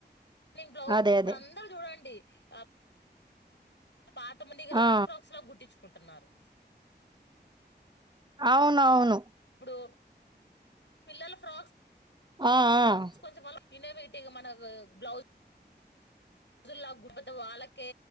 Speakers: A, on the left; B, on the right.
A: నింగ్ బ్లౌజ్
B: అదే
A: ఇప్పుడు
B: అదే
A: అందరు చూడండి ఆ పాతముండిగ లాంగ్
B: ఆ
A: ఫ్రాక్స్ లా గుట్టించుకుంటున్నారు.
B: అవునవును
A: ఇప్పుడు పిల్లల ఫ్రాక్స్
B: ఆ ఆ
A: కొంచెం అలా మనకు బ్లౌజ్జులా కుడ్ పెద్ద వాళ్ళకే